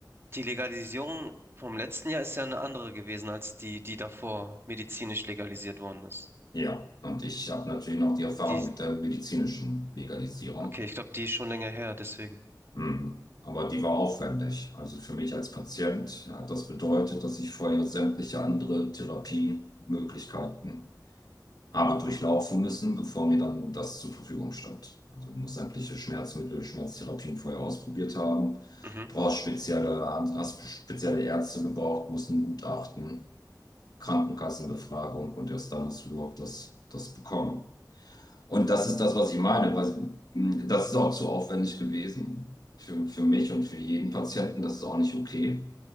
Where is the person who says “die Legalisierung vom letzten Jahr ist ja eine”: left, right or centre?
Right